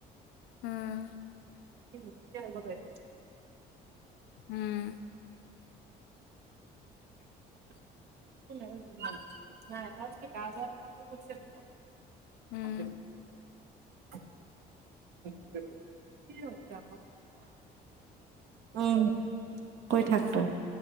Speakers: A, on the left; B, on the right.
A: উম।
B: সি মোতকে আগত আহি -
A: উম। <unintelligible>
B: <unintelligible> <unintelligible>
A: উম,
B: <unintelligible> কি হৈছে আকৌ উম, কৈ থাক তই